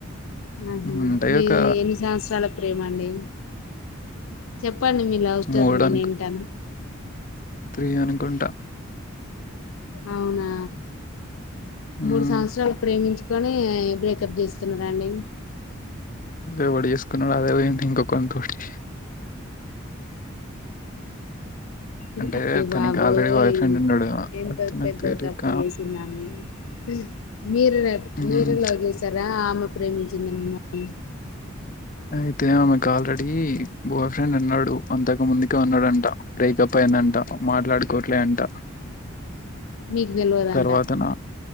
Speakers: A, on the left (about 75°); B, on the left (about 40°).
A: ఆహా
B: ఉంటాయి
A: మీ
B: ఒక
A: ఎన్ని సంవత్సరాల ప్రేమ అండి చెప్పండి మీ లవ్ స్టోరీ
B: మూడనుకు
A: నేను వింటాను
B: త్రీ అనుకుంట
A: అవునా
B: హ్మ్.
A: మూడు సంవత్సరాలు ప్రేమించు కొని బ్రేకప్ చేస్తున్నారా అండి
B: ఎవడ్ చేేసుకున్నాడు అదే ఇంక వరకి అంటే
A: అదే
B: తనకి
A: బాబోయి
B: ఆల్రెడీ బాయ్ ఫ్రెండ్ ఉన్నాడు.
A: ఎంతవు
B: అయితే నాకు
A: పెద్ద
B: తెలీక
A: తప్పు చేసిందామె హ మీరు రేప్
B: హ్మ్.
A: మీరు లవ్ చేసారా ఆమె ప్రేమించింద మిమ్మల్ని
B: అయితే ఆమెకు ఆల్రెడీ బాయ్ ఫ్రెండ్ ఉన్నాడు అంతకు ముందుకే ఉన్నాడంట బ్రేకప్ అయిందంట పాప్ మాట్లాడుకోట్లే అంట
A: మీకు తెల్వదంట
B: తర్వాత న